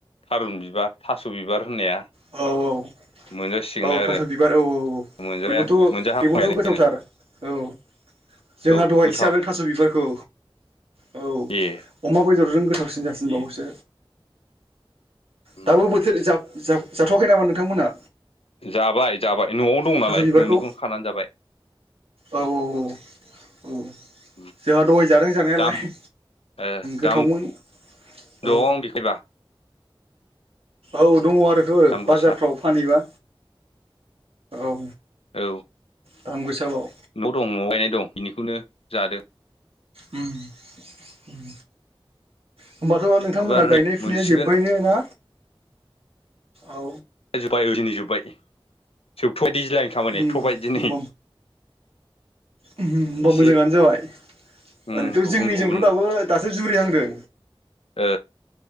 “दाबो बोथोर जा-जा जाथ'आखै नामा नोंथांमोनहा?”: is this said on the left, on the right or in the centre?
Right